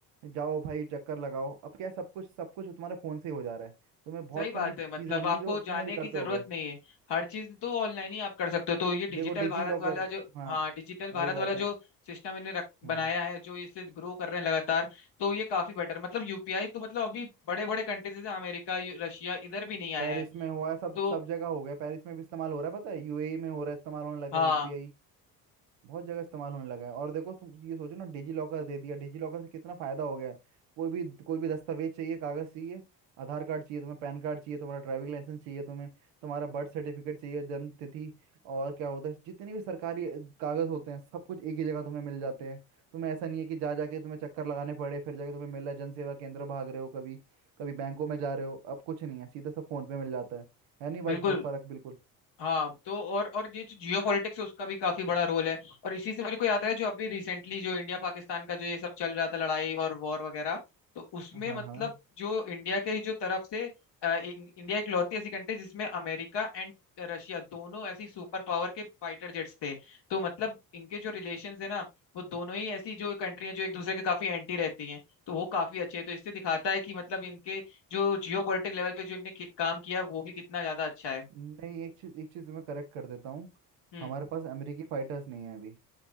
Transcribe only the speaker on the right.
जाओ भाई चक्कर लगाओ अब क्या है, सब कुछ सब कुछ तुम्हारे फोन से ही हो जा रहा है तुम्हें बहुत
कम
ही
चीजें होंगी
जो
तुम्हें करते
होगे
देखो डिजी
लॉकर
हाँ
वही बात
है
हम्म
पेरिस
में हुआ है सब
सब जगह हो गया पेरिस में भी इस्तेमाल हो रहा है पता है यूएई में हो रहा है इस्तेमाल होने लगे
यूपीआई बहुत जगह इस्तेमाल होने लगा है और देखो तुम ये सोचो ना डिजी लॉकर दे दिया डिजी लॉकर से कितना फायदा हो गया है कोई भी कोई भी दस्तावेज चाहिए कागज चाहिए आधार कार्ड चाहिए तुम्हें पैन कार्ड चाहिए तुम्हारा ड्राइविंग लाइसेंस चाहिए तुम्हें तुम्हारा बर्थ सर्टिफिकेट चाहिए जन्म तिथि और क्या होता है जितने भी सरकारी अ, कागज होते हैं सब कुछ एक ही जगह तुम्हें मिल जाते हैं तुम्हें ऐसा नहीं है कि जा जाके तुम्हें चक्कर लगाने पड़े फिर जाके तुम्हें मिल रहा है जन सेवा केंद्र भाग रहे हो कभी कभी बैंकों में जा रहे हो अब कुछ नहीं है सीधा सब फोन पे मिल जाता है है नहीं बात
बहुत फर्क बिल्कुल
हाँ
हाँ
नहीं एक चीज एक चीज मैं करेक्ट कर देता हूँ
हमारे पास अमेरिकी फाइटर्स नहीं है अभी